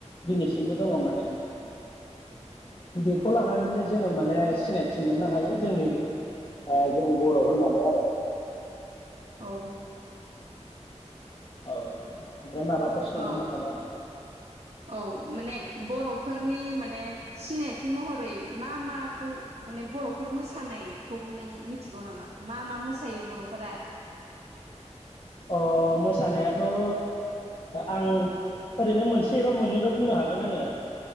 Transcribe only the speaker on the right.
औ।
औ
औ माने बर'फोरनि माने सिनायथि महरै मा माखौ माने बर'फोर मोसानायखौ नों मिथिगौ नामा मा मा मोसायो बर'फोरा?